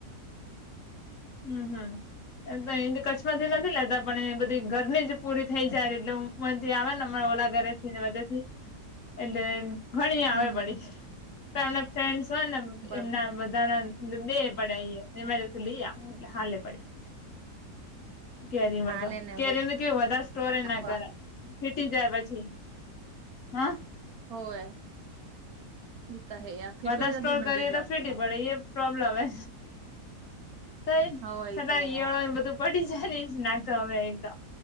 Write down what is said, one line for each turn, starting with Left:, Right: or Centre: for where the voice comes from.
Left: હમ્મ, હમ્મ. એમ તો અહી કચ્છમાંથી નથી, લેતા પણ અહીયાં બધી ઘરની જ પૂરી થઈ, જાય એટલે અમ હું, જે આવે ને ઓલા ઘરે છેને, બધેથી એટલે ઘણી આવે
Right: હમ હમ
Left: વળી પહી અલગ ફ્રેન્ડસ હોય, ને
Right: બરોબર
Left: એમના બધાના દે પડે ઈ એમાંથી, આવે એટલે હાલે પડી. કેરીમાં,
Right: હાલે
Left: તો
Right: ને
Left: કેરીમાં તો કેવું હોય, વધારે સ્ટોરેજ ના
Right: ભાઈ
Left: કરાય. ફીટી જાય પછી, હા.
Right: હોવે. તો હે યાર ફીટો
Left: વધાર
Right: જલ્દી
Left: સ્ટોર
Right: મંડી
Left: કરીએ,
Right: જાય
Left: તો ફીટી
Right: તેમાં
Left: પડે એ પ્રોબ્લેમ હે, તો તોય
Right: હોય
Left: સટા
Right: તો
Left: ઈયળો
Right: યાર
Left: ને બધું પડી. જ ઈજ નાતો મેં અહીં તો